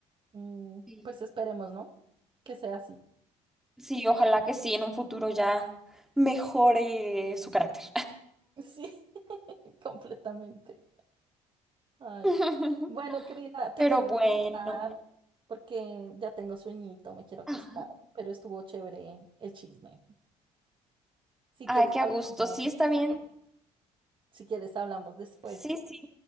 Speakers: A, on the right; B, in the centre.
A: Mm,
B: Sí,
A: pues esperemos, ¿no? Que sea así.
B: Sí, ojalá que sí, en un futuro ya mejore su carácter.
A: <laughs> Sí, <laughs> completamente. Ay.
B: <laughs>
A: Bueno, querida, te
B: Pero
A: tengo
B: bueno.
A: que dejar porque ya tengo sueñito, me quiero acostar,
B: Ajá.
A: pero estuvo chévere el chisme. Si
B: Ay,
A: quieres,
B: qué
A: hablamos,
B: a gusto. Sí, está bien.
A: si quieres, hablamos después.
B: Sí, sí.